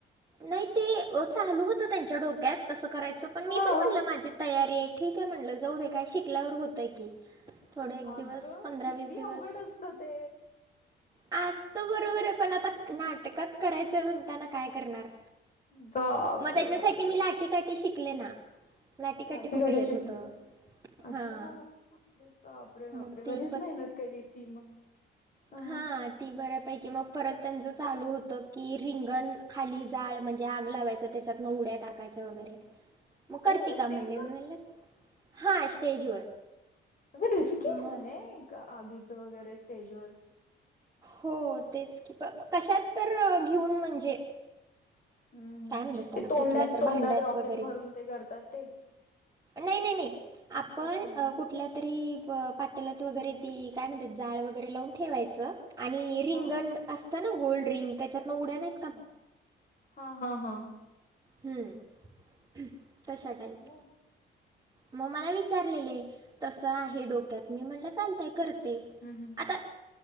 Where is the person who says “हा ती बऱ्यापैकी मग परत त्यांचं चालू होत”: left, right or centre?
Right